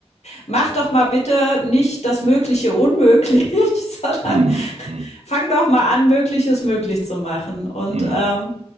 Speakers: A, on the left (about 80°); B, on the right (about 80°).
A: mach doch mal bitte nicht das Mögliche unmöglich, <laughs> sondern
B: Mhm. Mhm.
A: fang doch mal an, Mögliches möglich zu machen. Und
B: Mhm.
A: ähm,